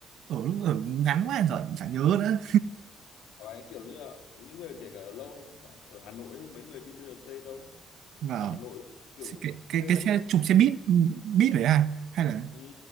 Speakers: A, on the right; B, on the left.
A: ở lúc ở ngắn quá rồi em chẳng nhớ nữa
B: Đấy, kiểu như là những người kể cả ở lâu em cũng bảo ở Hà Nội ấy, mấy người đi BRT đâu
A: và
B: ở Hà Nội kiểu
A: cái cái
B: lên
A: cái
B: lúc
A: xe chụp xe buýt buýt đấy à hay là
B: ừ.